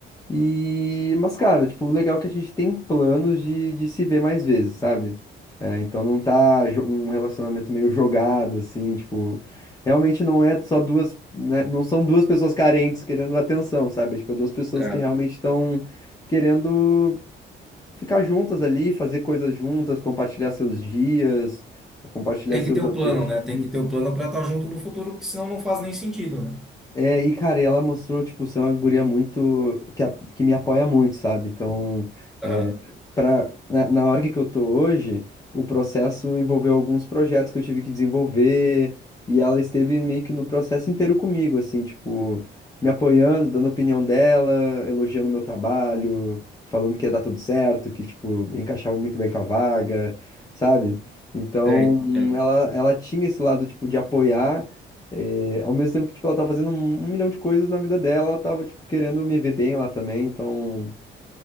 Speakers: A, on the left; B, in the centre.
A: E, mas, cara, tipo, o legal é que a gente tem planos de, de se ver mais vezes, sabe? É, então não tá jo- um relacionamento meio jogado, assim, tipo, realmente não é só duas, né, não são duas pessoas carentes querendo atenção, sabe? É, Tipo, é duas pessoas
B: Certo.
A: que realmente estão querendo ficar juntas ali, fazer coisas juntas, compartilhar seus dias, compartilhar
B: Tem
A: seus
B: que ter o
A: objetivos.
B: plano, né? Tem que ter o plano para estar junto no futuro, porque senão não faz nem sentido, né?
A: É, e cara, ela mostrou, tipo, ser uma guria muito, que, a- que me apoia muito, sabe? Então, é,
B: Aham.
A: pra, na, na org que eu tô hoje, o processo envolveu alguns projetos que eu tive que desenvolver, e ela esteve meio que no processo inteiro comigo, assim, tipo, me apoiando, dando a opinião dela, elogiando o meu trabalho, falando que ia dar tudo certo, que, tipo, encaixava muito bem com a vaga, sabe? Então,
B: Sei, entendo.
A: ela, ela tinha esse lado, tipo, de apoiar é, ao mesmo tempo que, tipo, ela tá fazendo um, um milhão de coisas na vida dela, ela tava, tipo, querendo me ver bem lá também, então...